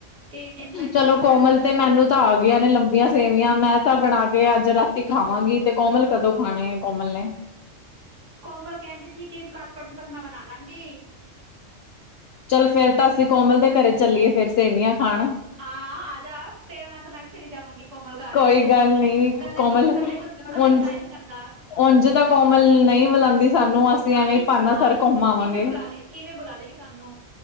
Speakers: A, on the right; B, on the left.
A: ਕਿ ਕਹਿੰਦੀ ਬੜੇ
B: ਚਲੋ ਕੋਮਲ
A: ਅਹ
B: ਤੇ ਮੈਨੂੰ ਤਾਂ ਆ ਗੀਆਂ ਨੇ ਲੰਬੀਆਂ ਸੇਵੀਆਂ, ਮੈਂ ਤਾਂ ਬਣਾ ਕੇ ਅੱਜ ਰਾਤੀ ਖਾਵਾਂਗੀ। ਤੇ ਕੋਮਲ ਕਦੋਂ ਖਾਣੇ, ਕੋਮਲ ਨੇ
A: ਕੋਮਲ ਕਹਿੰਦੀ ਸੀ, ਕਿ ਕੱਲ ਪਰਸੋਂ ਤੱਕ ਮੈਂ ਬਨਾ ਲਾਂਗੀ।
B: ਚੱਲ ਫੇਰ ਤਾਂ ਅਸੀਂ ਕੋਮਲ ਦੇ ਘਰੇ ਚੱਲੀਏ, ਫੇਰ ਸੇਵੀਆਂ ਖਾਣ।
A: ਹਾਂ, ਆ ਜਾ, ਤੇਰੇ ਨਾਲ ਤਾਂ ਮੈਂ ਵੀ ਚਲੀ ਜਾਵਾਂਗੀ। ਕੋਮਲਘਰ ਆ
B: ਕੋਈ
A: ਇਵੇਂ, ਤਾਂ
B: ਗੱਲ ਨੀ
A: ਕੱਲਿਆਂ
B: ਕੋਮਲ
A: ਕੱਲੇ, ਕੱਲੇ
B: ਉਝ
A: ਕੁ ਜਾਇ ਨੀ ਜਾਂਦਾ।
B: ਉਂਝ ਤਾਂ ਕੋਮਲ ਨਹੀਂ ਬੁਲਾਉਂਦੀ ਸਾਨੂੰ ਅਸੀਂ,
A: ਹਾਂ
B: ਐਵੇਂ
A: ਇਵੇਂ
B: ਬਹਾਣਾ
A: ਹਾਂ
B: ਘੁਮ ਆਵਾਂਗੇ।
A: ਇਵੇਂ ਬੁਲਾ ਲੈ ਇਵੇਂ ਬੁਲਾ ਲਏ ਗੇ ਸਾਨੂੰ।